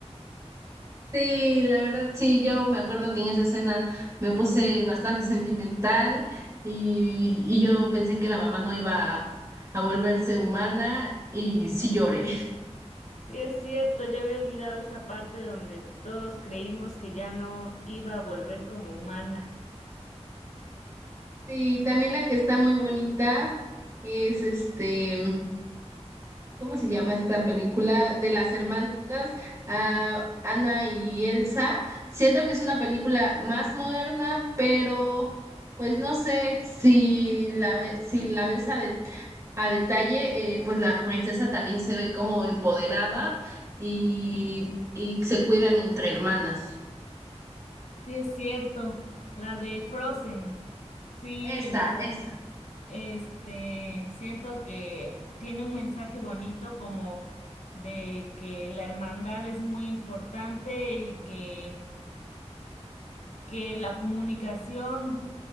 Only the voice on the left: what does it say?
Sí, es cierto, ya había olvidado esa parte donde todos creímos que ya no iba a volver como humana.
Sí, es cierto, la de Frozen. Sí,
Este, siento que tiene un mensaje bonito como de que la hermandad es muy importante y que, que la comunicación